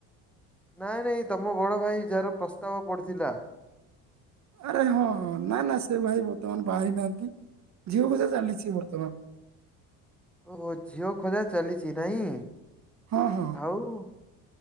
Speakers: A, in the centre; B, on the right.
A: ନାଇଁ ନାଇଁ ତମ ବଡ ଭାଇ ଯାହାର ପ୍ରସ୍ତାବ ପଡିଥିଲା।
B: ଆରେ ହଁ ହଁ ନା ନା ସେ ଭାଇ ବର୍ତ୍ତମାନ ବାହା ହେଇ ନାହାନ୍ତି ଝିଅ ଖୋଜା ଚାଲିଛି ବର୍ତ୍ତମାନ।
A: ଓହୋ ଝିଅ ଖୋଜା ଚାଲିଚି ନାଇଁ?
B: ହଁ ହଁ।
A: ହୋଉ